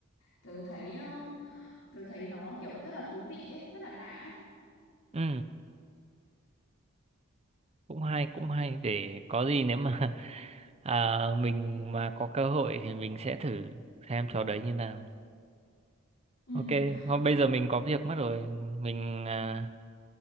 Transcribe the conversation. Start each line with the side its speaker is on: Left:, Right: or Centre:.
Left: tớ thấy ờ, tớ thấy nó kiểu rất là thú vị ấy, rất là lạ ấy.
Right: Ừ, cũng hay cũng hay để có gì nếu mà <laughs> à, mình mà có cơ hội thì mình sẽ thử xem trò đấy như nào.
Left: Ừ.
Right: Ok, hôm
Left: Ờ,
Right: bây giờ mình có việc mất rồi, mình à,